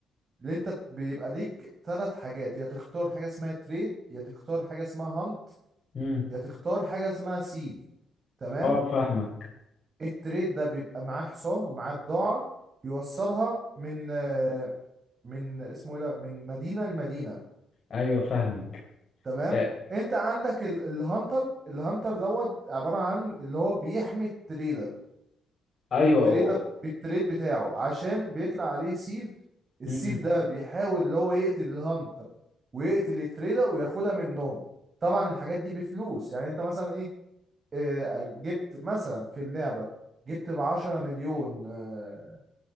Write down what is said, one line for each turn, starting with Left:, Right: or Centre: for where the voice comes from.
Right: اللي انت بيبقى ليك ثلاث حاجات يا تختار حاجه اسمها تريد يا تختار حاجه اسمها هانت
Left: امم
Right: يا تختار حاجه اسمها سيف تمام
Left: اه فاهمك
Right: التريد ده بيبقى معاه حصان ومعاه بضاعه بيوصلها من آه، من اسمه ايه ده من مدينه لمدينه
Left: ايوه فاهمك
Right: تمام
Left: يعني
Right: انت عندك ال- الهانتر الهانتر دوت عبارة عن اللي هو بيحمي التريدة
Left: ايوه
Right: بالتريدة بالتريد بتاعه عشان بيطلع عليه سيف السيف
Left: امم
Right: ده بيحاول اللي هو يقتل الهانتر ويقتل التريدة وياخدها منهم طبعا الحاجات دي بفلوس يعني انت مثلا ايه اه، جبت مثلا في اللعبة جبت بعشرة مليون اه،